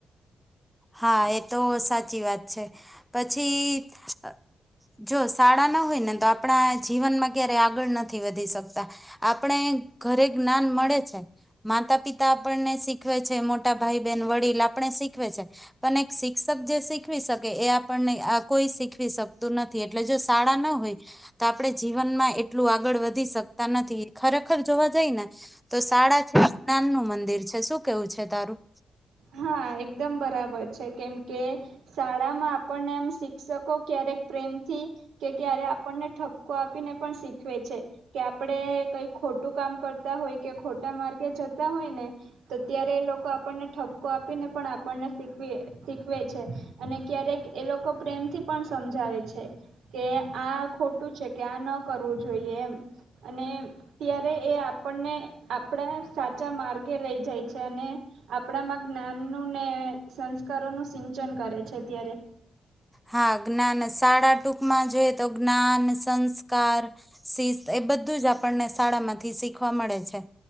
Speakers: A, in the centre; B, on the right.
A: હા એ તો સાચી વાત છે. પછી જ જો શાળા ના હોયને તો આપણા જીવનમાં ક્યારે આગળ નથી વધી શકતા. આપણે ઘરે જ્ઞાન મળે છે. માતા પિતા આપણને શીખવે છે, મોટા ભાઈ બહેન, વડીલ આપણે શીખવે છે. પણ એક શિક્ષક જે શીખવી શકે એ આપણને આ કોઈ શીખવી શકતું નથી, એટલે જો શાળા ન હોય તો આપણે જીવનમાં એટલું આગળ વધી શકતા નથી. ખરેખર જોવા જઈ ને તો શાળા <unintelligible> નું મંદિર છે. શું કેવું છે તારું?
B: હા એકદમ બરાબર છે. કેમ કે શાળામાં આપણને એમ શિક્ષકો ક્યારેક પ્રેમથી કે ક્યારેક આપણને ઠપકો આપીને પણ શીખવે છે, કે આપણે કઈ ખોટું કામ કરતા હોય કે ખોટા માર્ગે જતા હોય ને તો ત્યારે એ લોકો આપણને ઠપ કો આપીને પણ આપણને શીખવે-શીખવે છે, અને ક્યારેક એ લોકો પ્રેમથી પણ સમજાવે છે, કે આ ખોટું છે, કે આ ન કરવું જોઈએ એમ. અને ત્યારે એ આપણને આપણા સાચા માર્ગે લઈ જાય છે, અને આપણામાં જ્ઞાન નું ને સંસ્કારો નું સિંચન કરે છે ત્યારે.
A: હા જ્ઞાન ને શાળા ટુ કમાં જો તો જ્ઞાન, સંસ્કાર, શિસ્ત એ બધું જ આપણને શીખ શાળા માંથી શીખવા મળે છે.